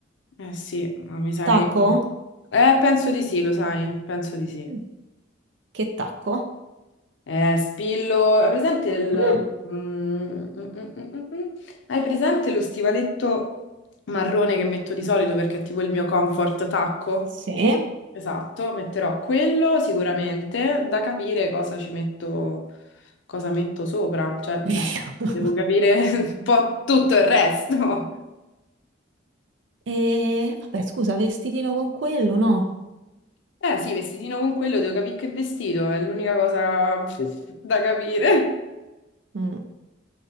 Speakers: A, on the left; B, on the right.
A: Eh sì, ma mi sa
B: Tacco?
A: che... Eh, penso di sì, lo sai, penso di sì.
B: Mm, Che tacco?
A: Eh, spillo... Hai presente il...
B: Mm,
A: Mm, mm, mm, mm, mm. mm? Hai presente lo stivaletto marrone che metto di solito perché è tipo il mio comfort tacco?
B: sì.
A: Esatto, metterò quello sicuramente, da capire cosa ci metto, cosa metto sopra, cioè
B: <laughs>
A: mh, devo capire <laughs> un po' tutto il resto.
B: E vabbè, scusa, vestitino con quello, no?
A: Eh sì, vestitino con quello, devo capire che vestito, è l'unica cosa <laughs> da capire.
B: Mm.